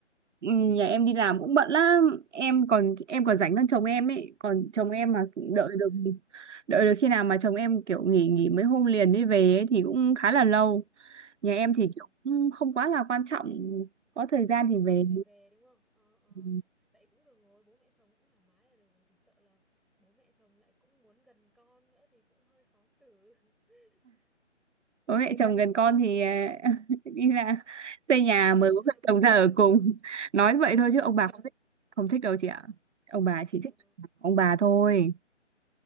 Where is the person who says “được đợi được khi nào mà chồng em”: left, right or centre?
Right